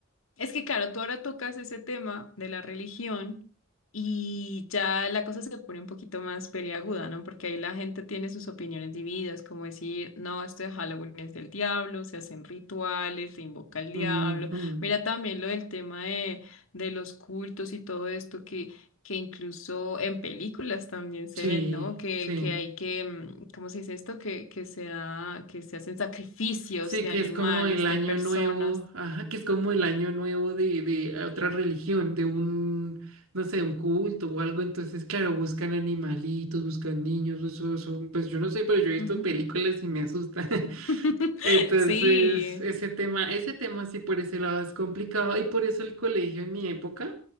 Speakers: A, on the left; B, on the right.
A: Es que claro, tú ahora tocas ese tema de la religión y ya la cosa se pone un poquito más peliaguda, ¿no? Porque ahí la gente tiene sus opiniones divididas, como decir, no, esto de Halloween es del diablo, se hacen rituales, se invoca al diablo.
B: Ujú,
A: Mira también lo del tema de, de los cultos y todo esto que, que incluso en películas también se
B: Sí,
A: ven, ¿no? Que,
B: sí.
A: que hay que, mm, ¿cómo se dice esto? Que, que se da, que se hacen sacrificios
B: Sí,
A: de
B: que
A: animales,
B: es como el
A: de
B: año
A: personas.
B: nuevo, ajá, que es como el año nuevo de, de ah, otra religión, de un, no sé, un culto o algo. Entonces, claro, buscan animalitos, buscan niños, eso, eso, pues yo no sé, pero yo he visto
A: Ujú.
B: películas y me asusta. <laughs>
A: <laughs>
B: Entonces,
A: Sí,
B: ese tema, ese tema sí por ese lado es complicado y por eso el colegio en mi época